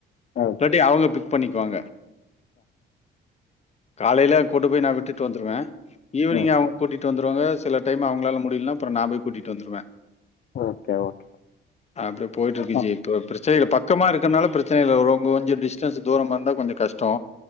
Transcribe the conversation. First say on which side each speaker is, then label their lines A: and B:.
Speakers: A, on the left (about 50°); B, on the left (about 35°).
A: ஓகே.
B: இல்லாட்டி அவங்க பிக் பண்ணிக்குவாங்க காலையில கூட்டு போய் நா விட்டுட்டு வந்துருவே ஈவினிங்
A: ம்
B: அவுங்க கூட்டிட்டு வந்துருவாங்க சில டைம் அவுங்களால முடிலனா அப்றோ நா போய் கூட்டிட் வந்துருவே
A: ஓகே ஓகே
B: அப்டியே போயிட்டுருக்கு
A: ஆ
B: ஜி இப்போ பிரச்சன இல்ல பக்கமா இருக்கறனால பிரச்சன இல்ல ரொம்ப கொஞ்சோ டிஸ்டன்ஸூ தூரமா இருந்தா கொஞ்ச கஷ்டோ